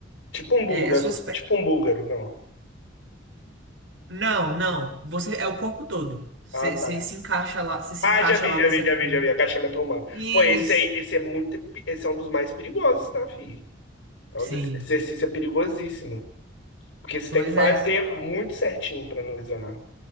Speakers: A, on the left; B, on the right.
A: tipo um búlgaro.
B: é, as suas pés.
A: Tipo um búlgaro, não.
B: Não, não, você é o corpo todo. Você,
A: Ah, tá.
B: você se encaixa lá, você se
A: Ah,
B: encaixa
A: já vi,
B: lá
A: já
B: nesse
A: vi,
B: equipamento.
A: já vi, já vi. Agachamento romano.
B: Isso,
A: Pô, esse aí, esse é muito, pe- esse é um dos mais perigosos, tá, filho? É
B: sim.
A: um dos, esse exercício é perigosíssimo. Porque você
B: Pois
A: tem que fazer
B: é.
A: muito certinho pra não lesionar.